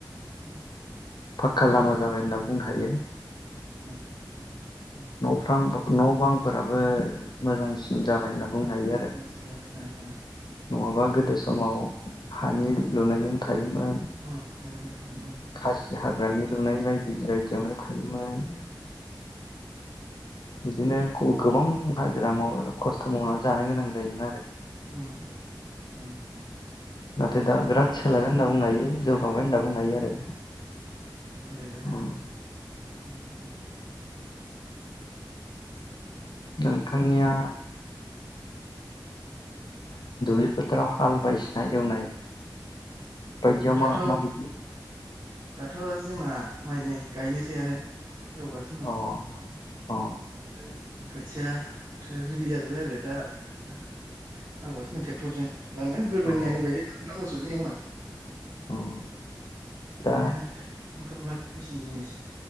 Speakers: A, on the right (about 40°); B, on the left (about 60°).
A: <inaudible>
B: फाका लामा जाबाय होनना बुंनो हायो।
A: उम
B: न'फ्रां न' बांफोराबो मोजांसिन जाबाय होनना बुंनो हायो आरो
A: मोजांसिन जाबाय
B: नङाबा गोदो समाव हानि लुनायजों
A: <unintelligible>
B: थायोमोन
A: उम उम
B: खासि हाग्रानि लुनाय बाय बिदि बायदियावनो थायोमोन। बिदिनो खौ-गोबां हाजिरा माव खस्थ' मावनानै जानो गोनां जायोमोन आरो।
A: उम ओम ओम
B: नाथाय दा बिराद सोलायबाय होनना बुंनो हायो
A: सोलायबाय
B: जौगाबाय होनना बुंनो हायो आरो।
A: सोलायबायना
B: उम
A: उम उम
B: नोंथांनिया बे फोथाराव हाल बायदिसिना एवनाय बायदियाव
A: दाथ'
B: मा माबायदि
A: दाथ' जोंना माइ नै गायनोसैआनो एवगासिनो
B: अ अ
A: दं खोथिया रेडि जाजोब्बाय आरो दा हालेवगासिनो दं ट्रेक्टरजों। दानिया गोदोनिया
B: औ
A: बेबायदि मोसौजों एवनाय
B: औ
A: दानिया
B: दा
A: ओंखारबाय मेसेन जिनिस